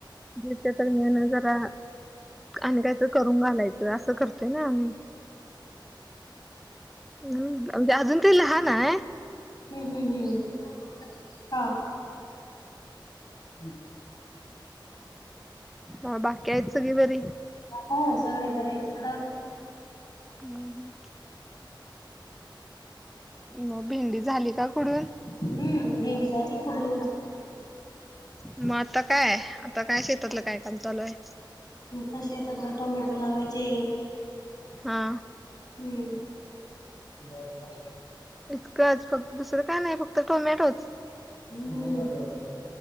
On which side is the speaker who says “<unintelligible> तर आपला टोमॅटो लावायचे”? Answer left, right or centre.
Left